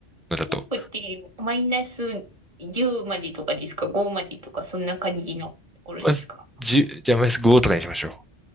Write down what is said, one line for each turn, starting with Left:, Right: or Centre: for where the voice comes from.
Centre: のだと。
Right: 服ってマイナス10までとかですか ?5 までとか、そんな感じのところですか
Centre: まあ、1じゃあマイナス5とかにしましょ